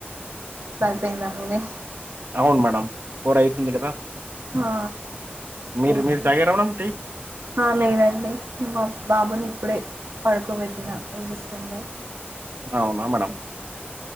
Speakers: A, on the right; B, on the right.
A: పోయిందా మీది
B: అవును మేడమ్ ఫోర్ అయితుంది కదా
A: ఆ
B: మీరు
A: ఓకే
B: మీరు తాగారా మేడం టీ
A: ఆ లేదండి మా బాబుని ఇప్పుడే పడుకోబెట్టిన ఏడుస్తుంటే
B: అవునా మేడమ్